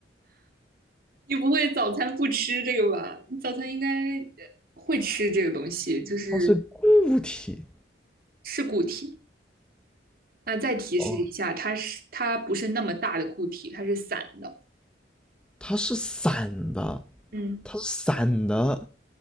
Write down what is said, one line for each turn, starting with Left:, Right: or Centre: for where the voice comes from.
Right: 你不会早餐不吃这个吧？你早餐应该会吃这个东西，就是
Centre: 它是固体
Right: 是固体。那再提示一下，
Centre: 哦，
Right: 它是它不是那么大的固体，它是散的。
Centre: 它是散的，
Right: 嗯
Centre: 它是散的，